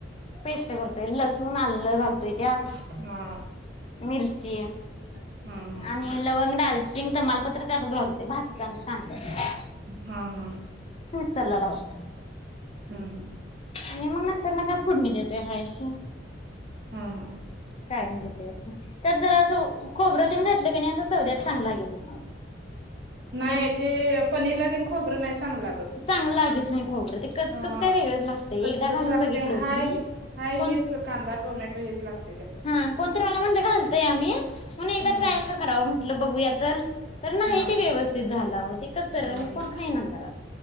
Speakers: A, on the left (about 35°); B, on the right (about 60°).
A: पेस्ट करतोय. लसूण, आलं घालतोय त्यात
B: हा
A: मिरची
B: हम्म, हम्म.
A: आणि लवंग दालचिंग, तमालपत्र त्यातच घालतोय भाजताना कांद्यात
B: ह्अ हा, हा.
A: सरला लावा
B: हम् हम.
A: आणि मग नंतर ना काय फोडणी देतोय हाय अशी
B: हा हा.
A: कायम देतोय असं. त्यात जरा असं ऊ खोबर तेन घातलं कणी असं <unintelligible> चांगलं <unintelligible>
B: नाही
A: तेच
B: ते पनीरला ते खोब र नाही चांगल लागतं.
A: चांगलं लागत नाही खोबरं ते कचकच
B: अह्
A: काय वेगळंच लागतंय
B: -कचकच
A: एकदा घालून
B: लागते,
A: बघितलं होतं
B: हाय
A: मी
B: हाय
A: कोण
B: हेच कांदा टोमॅटो हेच लागतंय.
A: हा कोणतरी आल म्हणलं घाल ते आम्ही म्हणून एकदा
B: हम्म
A: ट्रायल तर करावं म्हंटलं बघूया तर, तर नाही
B: हा
A: ते व्यवस्थित झालं अहो, ते कसंतरी
B: हम्म
A: झालं कोण खाईना घरात.